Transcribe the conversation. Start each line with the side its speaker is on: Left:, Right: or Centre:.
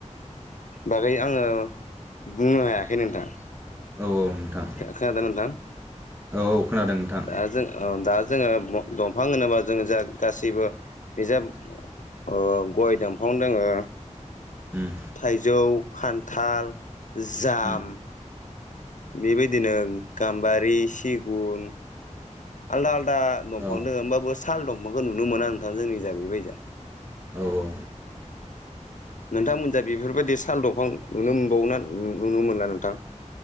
Left: बागै आङो बुंनो हायाखै नोंथां।
Right: औ औ। नोंथां
Left: खोनादोंना नोंथाङा?
Right: औ खोनादों नोंथां
Left: दा जों ओ दा जोङो दंफां होनोबा जोङो जा गासैबो बिजाब ओ गय दानफां दङो।
Right: उम
Left: थाइजौ, खान्थाल, जाम
Right: उम
Left: बेबायदिनो गाम्बारि, सिगुन आलदा आलदा दंफां
Right: औ
Left: दङ होनोमबाबबो साल दंफांखौ नुनो मोना नोंथां जोंनि जागैबायदिआ।
Right: औ औ।
Left: नोंथांमोनजा बेफोरबायदि साल दंफां नुनो मोनबावो ना नुनो मोनला नोंथां?